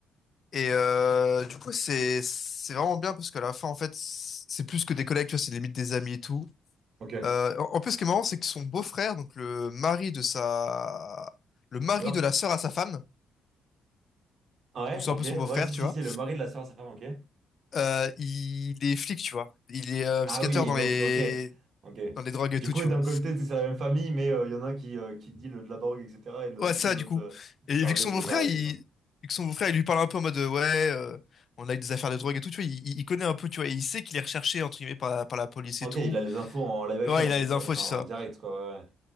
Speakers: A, on the left (about 50°); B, on the right (about 55°).
A: Et euh, du coup, c'est c'est vraiment bien parce qu'à la fin, en fait, c'est plus que des collègues, tu vois, c'est limite des amis et tout.
B: ok.
A: Euh, en en plus, ce qui est marrant, c'est que son beau-frère, donc le mari de sa, le mari
B: Sœur?
A: de la sœur à sa femme
B: Ouais,
A: Nous c'est
B: ok,
A: un peu son beau-frère,
B: ouais, si,
A: tu
B: si,
A: vois.
B: si, le mari de la sœur à sa femme, ok.
A: Euh, il est flic, tu vois. Il est euh,
B: Ah
A: skateur
B: oui, et
A: dans
B: donc,
A: les
B: ok, ok.
A: dans les drogues et
B: Du
A: tout,
B: coup,
A: tu
B: d'un
A: vois.
B: côté, c'est la même famille, mais euh, il y en a un qui, euh, qui dit le, de la drogue, etc. Et de l'autre
A: Ouais,
B: côté,
A: ça,
B: l'autre
A: du coup.
B: euh,
A: Et
B: chargé
A: vu que son
B: de
A: beau-frère,
B: les arrêter,
A: il
B: quoi.
A: vu que son beau-frère, il lui parle un peu en mode euh, ouais, euh, on a eu des affaires de drogue et tout, tu vois. Il, il il connaît un peu, tu vois. et il sait qu'il est recherché entre guillemets par, par la police
B: Ok,
A: et tout.
B: il a les infos en live action,
A: Ouais,
B: en
A: il a
B: fait,
A: les infos,
B: euh, enfin,
A: tu
B: en
A: sais ça.
B: direct, quoi, ouais. ouais.